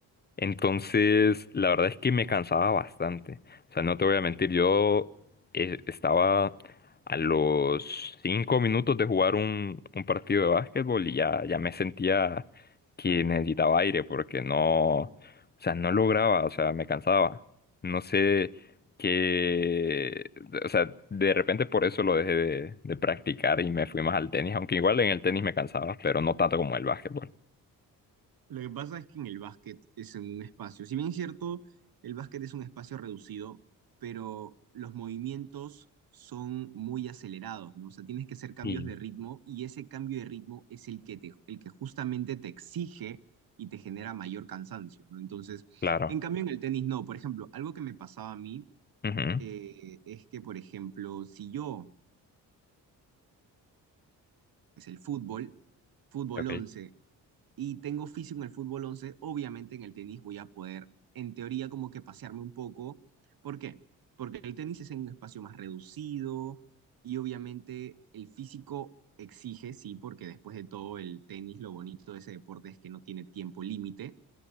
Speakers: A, on the left; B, on the right.
A: Entonces, la verdad es que me cansaba bastante. O sea, no te voy a mentir, yo eh, estaba a los cinco minutos de jugar un, un partido de básquetbol y ya, ya me sentía que necesitaba aire porque no, o sea, no lograba, o sea, me cansaba. No sé qué, o sea, de repente por eso lo dejé de, de practicar y me fui más al tenis, aunque igual en el tenis me cansaba, pero no tanto como el básquetbol.
B: Lo que pasa es que en el básquet es en un espacio. Si bien es cierto, el básquet es un espacio reducido, pero los movimientos son muy acelerados, ¿no? O sea, tienes que hacer cambios
A: Y
B: de ritmo y ese cambio de ritmo es el que te, el que justamente te exige y te genera mayor cansancio, ¿no? Entonces,
A: Claro.
B: en cambio en el tenis no. Por ejemplo, algo que me pasaba a mí
A: Ujú.
B: eh, es que, por ejemplo, si yo, es el fútbol, fútbol
A: ok.
B: once. y tengo físico en el fútbol once obviamente en el tenis voy a poder, en teoría, como que pasearme un poco. ¿Por qué? Porque el tenis es en un espacio más reducido y obviamente el físico exige, sí, porque después de todo el tenis, lo bonito de ese deporte es que no tiene tiempo límite.